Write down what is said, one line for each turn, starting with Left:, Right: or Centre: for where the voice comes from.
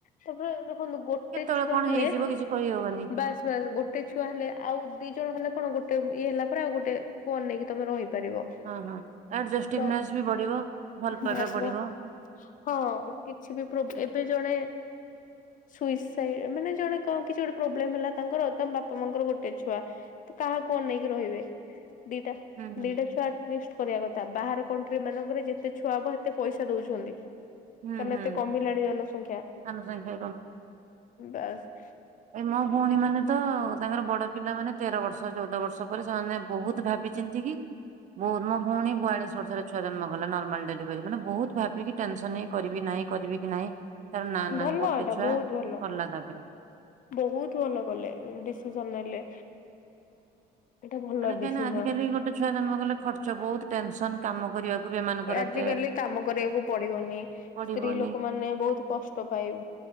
Left: ତାପରେ ଦେଖନ୍ତୁ ଗୋ ଗୋଟେ
Right: କେତେବେଳେ
Left: ଛୁଆ
Right: କଣ
Left: ହେଲେ
Right: ହେଇଯିବ କିଛି କହିହବନି
Left: ବାସ୍ ବାସ୍ ଗୋଟେ ଗୋଟେ ଛୁଆ ହେଲେ, ଆଉ ଦି ଜଣ ହେଲେ କଣ, ଗୋଟେ ଇଏ ହେଲା ପରେ ଆଉ ଗୋଟେ କୁ ଅନେଇକି ତମେ ରହିପାରିବ।
Right: ହଁ ହଁ ଆଡଜେଷ୍ଟିଭନେସ
Left: ତ
Right: ବି ବଢିବ ଭଲ ପାଇବା
Left: ବାସ୍
Right: ବଢିବ।
Left: ବା ହଁ କିଛି ବି ପ୍ରୋବ୍ ଏବେ ଜଣେ ସୁଇସାଇ ମାନେ ଜଣେ କଣ କିଛି ଗୋଟେ ପ୍ରୋବ୍ଲେମ ହେଲା ତାଙ୍କର, ତାଙ୍କ ବାପା ମାଙ୍କର ଗୋଟେ ଛୁଆ ତ କାହାକୁ ଅନାଇକି ରହିବେ ଦିଟା
Right: ହୁଁ ହୁଁ
Left: ଦିଟା ଛୁଆ ଆଟଲିଷ୍ଟ କରିବା କଥା ବାହାର କଣ୍ଟ୍ରି ମାନଙ୍କରେ ଯେତେ ଛୁଆ ହବ ଏତେ ପଇସା ଦଉଛନ୍ତି।
Right: ହୁଁ
Left: କାର
Right: ହୁଁ
Left: ଏତେ କମିଲାଣି ଜନସଂଖ୍ୟା,
Right: ଜନସଂଖ୍ୟା
Left: ବାସ୍
Right: ଏଇ ମୋ ଭଉଣୀ ମାନେ ତ ତାଙ୍କର ବଡ ପିଲା ମାନେ ତେର ବର୍ଷ ହ ଚଉଦ ବର୍ଷ ପରେ ସେମାନେ ବହୁତ ଭାବି ଚିନ୍ତି କି? ବହୁତ ମୋ ଭଉଣୀ ବୟାଲିଶ ବର୍ଷ ରେ ଛୁଆ ଜନ୍ମ କଲା ନର୍ମାଲ ଡେଲିଭରି ମାନେ ବହୁତ ଭାବିକି ଟେନସନ ହେଇ କରିବି ନାହିଁ, କରିବି କି ନହିଁ, ତାର ନା ନା
Left: ଭଲ
Right: ଗୋଟେ
Left: ଏଇଟା
Right: ଛୁଆ
Left: ବହୁତ
Right: ସାରିଲା
Left: ଭଲ।
Right: ତାପରେ
Left: ବହୁତ ଭଲ କଲେ ଡିସିଜନ ନେଲେ। ଏଇଟା ଭଲ
Right: ମାନେ କାହିଁକିନା
Left: ଡିସିଜନ।
Right: ଆଜିକାଲି ଗୋଟେ ଛୁଆ ଜନ୍ମ କଲେ ଖର୍ଚ୍ଚ ବହୁତ ଟେସ କାମ କରିବାକୁ ବି ଏମାନଙ୍କର
Left: ଆଜିକାଲି
Right: ଏତେ
Left: କାମ କରିବାକୁ ପଡିବନି
Right: ପଡିବନି
Left: ସ୍ତ୍ରୀ ଲୋକମାନେ ବହୁତ କଷ୍ଟ ପାଇ